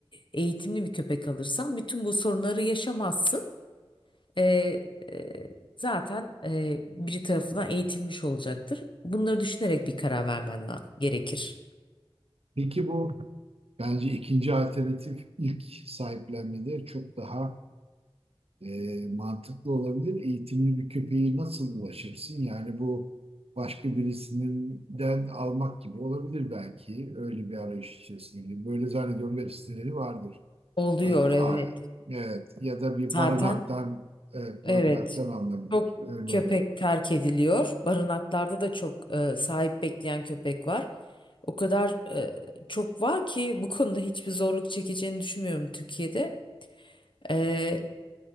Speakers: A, on the left (about 55°); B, on the right (about 85°).
A: eğitimli bir köpek alırsan bütün bu sorunları yaşamazsın. E, e, zaten e, biri tarafından eğitilmiş olacaktır. Bunları düşünerek bir karar vermen la- gerekir.
B: Peki bu bence ikinci alternatif ilk sahiplenmede çok daha E, mantıklı olabilir. Eğitimli bir köpeği nasıl ulaşırsın? Yani bu başka birisinden almak gibi olabilir belki. Öyle bir arayış içerisinde. Böyle zannediyorum web siteleri vardır.
A: Oluyor
B: Aa,
A: evet.
B: aa, evet. Ya da bir
A: Zaten
B: barınaktan evet,
A: Evet.
B: barınaktan alınabilir.
A: Çok
B: Öyle
A: köpek
B: olabilir.
A: terk ediliyor. Barınaklarda da çok e, sahip bekleyen köpek var. O kadar e, çok var ki bu konuda hiçbir zorluk çekeceğini düşünmüyorum Türkiye'de. E,